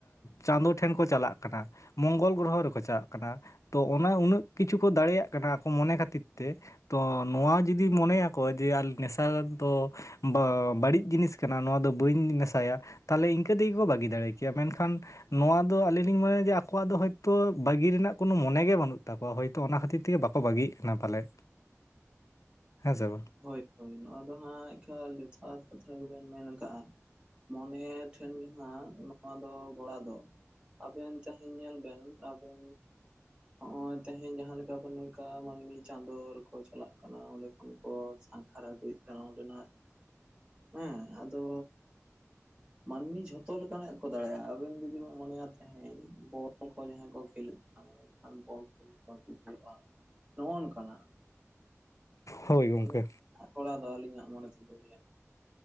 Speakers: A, on the left; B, on the right.
A: ᱪᱟᱸᱫᱳ ᱴᱷᱮᱱ ᱠᱚ ᱪᱟᱞᱟᱜ ᱠᱟᱱᱟ᱾ ᱢᱚᱝᱜᱚᱞ ᱜᱨᱚᱦᱚ ᱨᱮᱠᱚ ᱪᱟᱞᱟᱜ ᱠᱟᱱᱟ ᱛᱚ ᱚᱱᱟ ᱩᱱᱟᱹᱜ ᱠᱤᱪᱷᱩ ᱠᱚ ᱫᱟᱲᱮᱭᱟᱜ ᱠᱟᱱᱟ ᱟᱠᱚ ᱢᱚᱱᱮ ᱠᱷᱟᱹᱛᱤᱨ ᱛᱮ ᱛᱚ ᱱᱚᱣᱟ ᱡᱩᱫᱤ ᱢᱚᱱᱮᱭᱟᱠᱚ ᱡᱮ ᱟᱞᱮ ᱱᱮᱥᱟ ᱫᱚ ᱵᱟ ᱵᱟᱹᱲᱤᱡ ᱡᱤᱱᱤᱥ ᱠᱟᱱᱟ ᱱᱚᱣᱟ ᱫᱚ ᱵᱟᱹᱧ ᱱᱮᱥᱟᱭᱟ ᱛᱟᱦᱞᱮ ᱤᱱᱠᱟᱹ ᱛᱮᱜᱮ ᱠᱚ ᱵᱟᱹᱜᱤ ᱫᱟᱲᱮ ᱠᱮᱭᱟ ᱢᱮᱱᱠᱷᱟᱱ ᱱᱚᱣᱟ ᱫᱚ ᱟᱹᱞᱤᱧ ᱞᱤᱧ ᱢᱚᱱᱮᱭᱟ ᱡᱮ ᱟᱠᱚᱣᱟᱜ ᱫᱚ ᱦᱚᱭᱛᱚ ᱵᱟᱹᱜᱤ ᱨᱮᱱᱟᱜ ᱠᱳᱱᱳ ᱢᱚᱱᱮ ᱜᱮ ᱵᱟᱹᱱᱩᱜ ᱛᱟᱠᱚᱣᱟ ᱦᱚᱭ ᱛᱚ ᱚᱱᱟ ᱠᱷᱟᱹᱛᱤᱨ ᱛᱮᱜᱮ ᱵᱟᱠᱚ ᱵᱟᱹᱜᱤᱭᱮᱫ ᱠᱟᱱᱟ ᱯᱟᱞᱮᱫ‌ ᱦᱮᱸ ᱥᱮ ᱵᱟᱝ?
B: ᱦᱳᱭ ᱦᱳᱭ ᱱᱚᱣᱟ ᱫᱚ ᱦᱟᱸᱜ ᱮᱠᱟᱞ ᱡᱚᱛᱷᱟᱛ ᱠᱟᱛᱷᱟ ᱜᱮᱵᱮᱱ ᱢᱮᱱ ᱠᱟᱜᱼᱟ ᱾ ᱢᱚᱱᱮ ᱴᱷᱮᱱ ᱜᱮᱦᱟᱸᱜ ᱱᱚᱣᱟ ᱫᱚ ᱜᱚᱲᱟ ᱫᱚ᱾ ᱟᱵᱮᱱ ᱪᱟᱦᱮᱧ ᱧᱮᱞ ᱵᱮᱱ ᱟᱵᱮᱱ ᱦᱚᱸᱜᱚᱭ ᱛᱮᱦᱮᱧ ᱡᱟᱸᱦᱟ ᱞᱮᱠᱟ ᱱᱤᱝᱠᱟ ᱢᱟᱹᱱᱢᱤ ᱪᱟᱸᱫᱳ ᱨᱮ ᱠᱚ ᱪᱟᱞᱟᱜ ᱠᱟᱱᱟ ᱚᱸᱰᱮ ᱠᱷᱚᱱ ᱠᱚ ᱥᱟᱺᱜᱷᱟᱨ ᱟᱹᱜᱩᱭᱫᱟ ᱚᱸᱰᱮᱱᱟᱜ ᱦᱮᱸ ᱟᱫᱚ ᱢᱟᱹᱱᱢᱤ ᱡᱷᱚᱛᱚ ᱞᱮᱠᱟᱱᱟᱜ ᱠᱚ ᱫᱟᱲᱮᱜᱼᱟ, ᱟᱵᱮᱱ ᱡᱩᱫᱤ ᱵᱤᱱ ᱢᱚᱱᱮᱭᱟ ᱛᱟᱸᱦᱮᱧ ᱵᱚᱞ ᱠᱚ ᱡᱟᱦᱟᱸ ᱠᱚ ᱠᱷᱮᱞᱚᱜ ᱢᱚᱱᱮ ᱞᱮᱠᱷᱟᱱ ᱵᱚᱞ ᱠᱷᱮᱞ ᱠᱚ ᱵᱟᱹᱜᱤ ᱦᱩᱭᱩᱜᱼᱟ, ᱱᱚᱸᱜᱚ ᱱᱚᱝᱠᱟᱱᱟᱜ
A: ᱦᱳᱭ ᱜᱚᱢᱠᱮ
B: <inaudible> ᱟᱠᱚ ᱚᱲᱟᱜ ᱫᱚ ᱟᱹᱞᱤᱧᱟᱜ ᱢᱚᱱᱮ ᱛᱮᱫᱚᱭ ᱞᱟᱹᱭᱟ ᱾